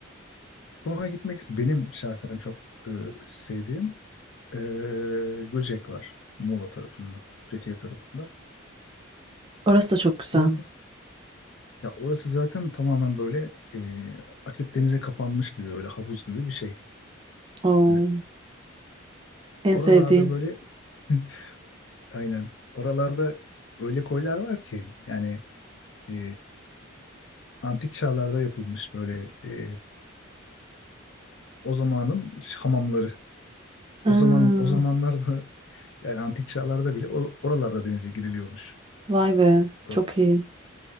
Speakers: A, on the left; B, on the right.
A: sonra gitmek benim şahsen çok e, sevdiğim e, Göcek var Muğla tarafında, Fethiye tarafında.
B: Orası da çok güzel.
A: Onda, ya orası zaten tamamen böyle e, açık denize kapanmış gibi böyle havuz gibi bir şey.
B: Oo,
A: Yani
B: en
A: oralarda
B: sevdiğim.
A: böyle <laughs> aynen oralarda öyle koylar var ki yani e, antik çağlarda yapılmış böyle e, o zamanın hamamları.
B: Aa,
A: O zaman o zamanlarda yani antik çağlarda bile o- oralarda denize giriliyormuş.
B: vay be, çok
A: Ö-
B: iyi.